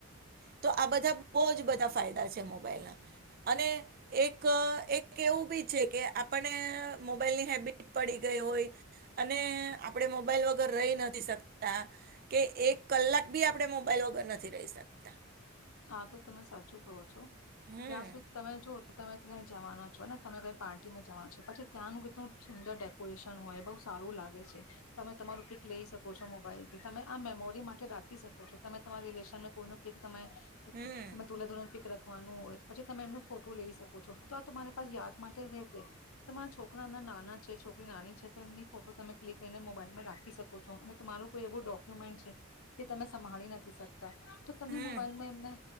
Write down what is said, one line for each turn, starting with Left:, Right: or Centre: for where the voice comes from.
Right: તો આ બધા બહુ જ બધા ફાયદા છે મોબાઈલના અને એક એક એવું બી છે કે આપણને મોબાઈલની હેબિટ પડી ગઈ હોય અને આપણે મોબાઈલ વગર રહી નથી શકતા કે એક કલાક બી આપણે મોબાઈલ વગર નથી રહી શકતા.
Left: હા તો તમે સાચું કહો છો.
Right: હમ
Left: ત્યાં સુધી તમે જો તમે ક્યાંય જવાનો છો ને તમે કઈ પાર્ટીમાં જવાનું છો પછી ત્યાંનું કેટલું સુંદર ડેકોરેશન હોય બઉ સારું લાગે છે, તમે તમારું પિક લઈ શકો છો મોબાઈલ થી તમે આ મેમોરી માટે રાખી શકો છો તમે તમારી રિલેશનમાં કોઈનું પિક તમે
Right: હમ
Left: એમાં દુલ્હા દુલહન પીક રખ વાનું હોય પછી તમે એમનું ફોટું લઈ શકો છો, તો આ તમારી પાસ યાદ માટે રહેશે. તમારા છોકરા હમણાં નાના છે છોક આપણી નાની છે તો એમની ફોટો તમે ક્લિક કરીને મોબાઈલમાં રાખી શકો છો, અને તમારું કોઈ એવું ડોક્યુમેન્ટ છે જે તમે સંભાળી નથી શક. તા તો તમે
Right: હમ
Left: મોબાઈલમાં એમને